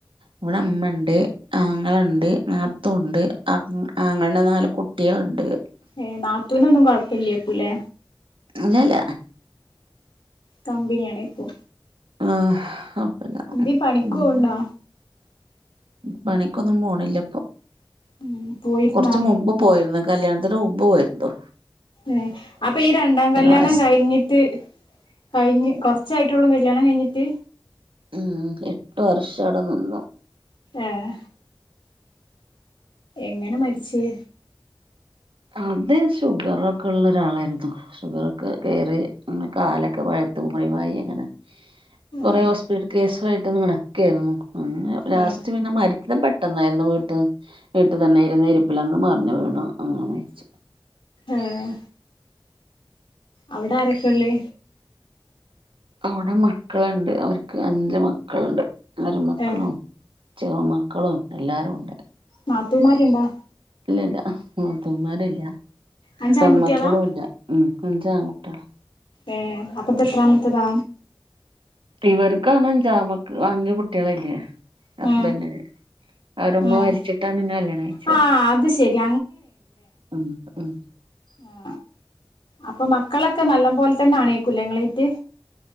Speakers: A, on the right; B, on the left.
A: ഇവിടെ അമ്മ ഉണ്ട് ആങ്ങളുണ്ട് നാത്തുണ്ട് അങ് ആങ്ങുടെ നാല് കുട്ടികളുണ്ട്
B: ഏ നാത്തൂനെന്നും കൊഴപ്പില്ലക്കൂലെ
A: അങ്ങെല്ല
B: കമ്പിനിയാണ് ഇപ്പൊ
A: ആഹ്
B: എന്തേ പണിക്കേണ്ടോ
A: പിന്നെ പണിക്കൊന്നും പോണില്ലപ്പൊ
B: ഉം പോയിരുന്നോ
A: കുറച്ച് മുമ്പ് പോയിരുന്നു കല്യാണ അത് ഉുമ്പ്യുരുന്നു
B: ഏ അപ്പൊ ഈ രണ്ടാം കല്യാണം
A: വയസ്
B: കഴിഞ്ഞിട്ട് കഴിഞ്ഞ് കൊറച്ചായിട്ടുള്ളൂ വില്യാണം കഴിഞ്ഞിട്ട്
A: ഉം എട്ട് വർഷം അട നിന്നു
B: ആഹ് എങ്ങനെ മരിച്ചേ
A: അത് ഷുഗറൊക്കെ ഉള്ള ഒരാളായിരുന്നു ഷുഗർ ഒക്കെ കയറി അങ്ങനെ കാലൊക്കെ പഴു ത്തു മയിവായി അങ്ങനെ കൊറെ
B: ആ
A: ഹോസ്പിറ്റൽ കേസയിട്ട് നടിക്കായിരുന്നു അങ്ങെ ലാസ്റ്റ്
B: ആ
A: പിന്നെ മരിക്കപ്പെ പെട്ടെന്നായിരുന്നു വീട്ട് വീട്ടു തന്നെ ഇരുന്ന ഇരിപ്പിൽ അങ്ങ് മറിഞ്ഞ് വീണു അങ്ങ മരിച്ചു
B: ആഹ് അവിടെ ആരൊക്കെയ ഉള്ളേ
A: അവിടെ മക്കളുണ്ട് അവർക്ക് അഞ്ച് മക്കളുണ്ട് മരിമക്കളും
B: ഏ
A: ചെറുമക്കളും എല്ലാരും ഉണ്ട്
B: നാത്തൂമാരുണ്ടാ?
A: ഇല്ലല്ല നാത്തുമാരില്ല
B: അഞ്ച്
A: പെമക്കളും
B: ആൺകുട്ടികളാ
A: ഇല്ല മ് അഞ്ചാം ട്ട <unintelligible>
B: ഏ അപ്പത്ത്തെത്രമത്തതാ
A: ഇവർക്ക് തന്നെ അഞ്ചാമക്കള് അഞ്ചുകുട്ടികളല്ലേ ഹസ്ബൻഡിന്
B: ആ
A: അവരുമ്മ
B: ആ
A: മരിച്ചിട്ടാണ് എന്നെ കല്യാണം കഴിച്ചേ
B: ആ അത് ശരി
A: മ് മ്
B: ആ അപ്പൊ മക്കളൊക്കെ നല്ല ബോലെ തന്നെയാണ് കുല്ലേങ്ങളീറ്റ്